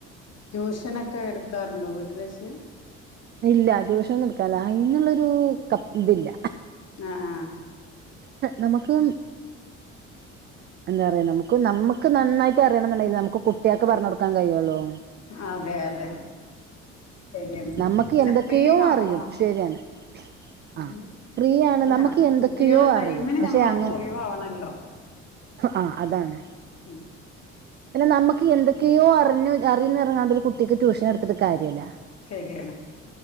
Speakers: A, on the left; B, on the right.
A: ട്യൂഷനൊക്കെ എടുക്കാറുണ്ടോ വീട്ടിൽ വച്ച്
B: ഇല്ല ട്യൂഷനൊന്നുംടുക്കലില്ല അതിന്നുള്ളൊരു ഇത് തില്ല
A: ആഹ
B: നമുക്ക് അല്ല അ നമുക്ക് നമ്മക്ക് നന്നായി അറിയണം എന്നുണ്ടെങ്കി നമ്മക്ക് കുട്ടിയാക്ക് പറഞ്ഞൊടുക്ക കൈയള്ളോ
A: അതെ അതെ ശരിയാണ്
B: നമുക്ക്
A: പിന്നെ
B: എന്തൊക്കെയോ
A: ഫ്രീ ആവണം
B: അറിയും ശരിയാണ് ആ
A: ഉം
B: ഫ്രീ ആണ്
A: അല്ല
B: നമുക്ക് എന്തൊക്കെയോ
A: കുട്ട്യോളെ ടൈമിന്
B: അറിയും പക്ഷെ
A: ഞമ്മള്
B: അങ്ങനെ
A: ഒഴിവാവണല്ലോ
B: ആ അതാണ്
A: ഉം
B: പിന്നെ നമ്മക്ക് എന്തൊക്കെയോ അറിയ് ഞ് അറിയും ന്ന് പറഞ്ഞാണ്ട് ഒരു കുട്ടിക്ക് ട്യൂഷൻ എടുത്തിട്ട് കാര്യമില്ല
A: ശരിയാണ്